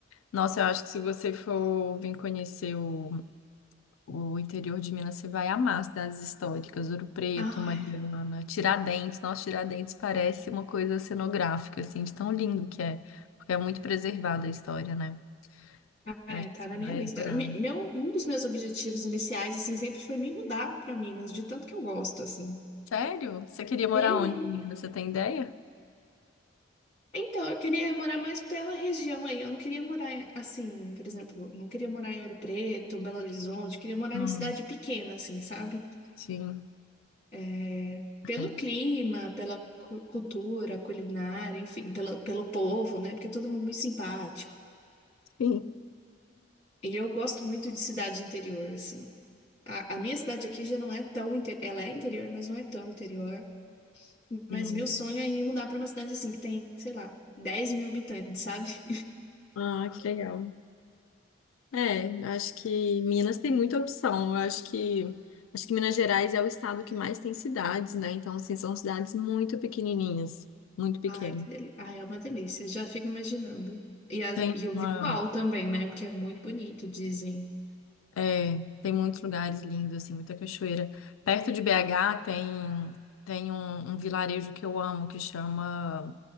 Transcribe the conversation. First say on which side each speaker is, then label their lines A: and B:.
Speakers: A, on the left; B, on the left.
A: Nossa, eu acho que se você for vir conhecer o, o interior de Minas, você vai amar as cidades históricas, Ouro Preto,
B: Ai,
A: Mariana, Tiradentes. Nossa, Tiradentes parece uma coisa cenográfica, assim, de tão lindo que é, porque é muito preservada a história, né?
B: ai,
A: Eu acho que
B: tá na
A: você
B: minha
A: vai
B: lista.
A: adorar.
B: Me- Meu, um dos meus objetivos iniciais, assim, sempre foi me mudar pra Minas, de tanto que eu gosto, assim.
A: Sério? Você queria morar
B: Uhum.
A: onde, Minas? Você tem ideia?
B: Então, eu queria morar mais pela região aí. Eu não queria morar em- assim, por exemplo, não queria morar em Ouro Preto, Belo Horizonte, queria morar
A: Hum,
B: em cidade pequena, assim, sabe?
A: sim.
B: É, pelo
A: É.
B: clima, pela cu- cultura, culinária, enfim, pela, pelo povo, né? Porque é todo mundo muito simpático.
A: Sim.
B: E eu gosto muito de cidade interior, assim. A, a minha cidade aqui já não é tão interior, ela é interior, mas não é tão interior. Mas
A: Hum.
B: meu sonho é me mudar para uma cidade assim que tem, sei lá, 10 mil habitantes, sabe?
A: Ah, que legal. É, acho que Minas tem muita opção. Eu acho que acho que Minas Gerais é o estado que mais tem cidades, né? Então, assim, são cidades muito pequenininhas, muito pequeno.
B: Ai, que delícia. Ai, é uma delícia. Já fico imaginando. E, as-
A: Tem
B: e o
A: uma,
B: visual também, né? Porque é muito bonito, dizem.
A: é, tem muitos lugares lindos, assim, muita cachoeira. Perto de BH tem, tem um, um vilarejo que eu amo, que chama,